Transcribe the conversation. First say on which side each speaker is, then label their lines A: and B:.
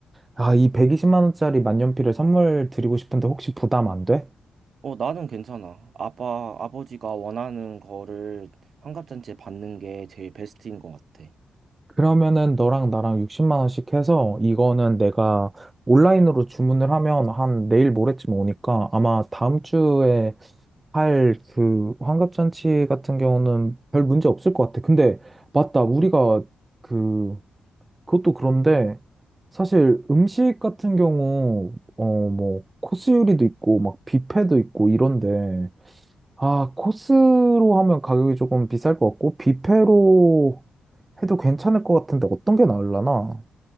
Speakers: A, on the right (about 25°); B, on the right (about 60°).
A: 아, 이 120만 원짜리 만년필을 선물 드리고 싶은데 혹시 부담 안 돼?
B: 어 나는 괜찮아. 아빠 아버지가 원하는 거를 환갑잔치에 받는 게 제일 베스트인 것 같아.
A: 그러면은 너랑 나랑 60만 원씩 해서 이거는 내가 온라인으로 주문을 하면 한 내일 모레쯤 오니까 아마 다음 주에 할 그, 환갑잔치 같은 경우는 별 문제 없을 것 같아. 근데, 맞다. 우리가, 그, 그것도 그런데, 사실 음식 같은 경우, 어, 뭐, 코스 요리도 있고, 막, 뷔페도 있고, 이런데, 아, 코스로 하면 가격이 조금 비쌀 것 같고, 뷔페로 해도 괜찮을 것 같은데, 어떤 게나을라나